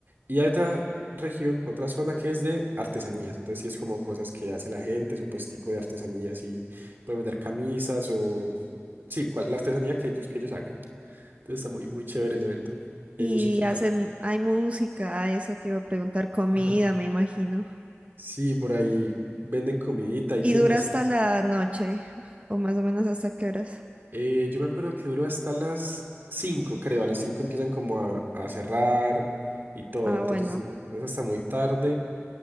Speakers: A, on the right; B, on the right.
A: Y hay otra región, otra zona que es de artesanías. Entonces sí es como cosas que hace la gente, su puestico de artesanías y pueden vender camisas o sí, cual- la artesanía que ellos, que ellos hagan. Entonces está muy, muy chévere el evento. Y
B: Y
A: hay musiquita.
B: hacen, hay música, ah, eso te iba a preguntar, comida,
A: Ajá.
B: me imagino.
A: Sí, por ahí venden comidita, hay
B: Y
A: tiendas.
B: dura hasta la noche, o más o menos hasta qué horas.
A: Eh, yo me acuerdo que duró hasta las 5, creo. A las 5 empiezan como a, a cerrar y todo.
B: Ah,
A: Entonces,
B: bueno.
A: sí, no, no es hasta muy tarde,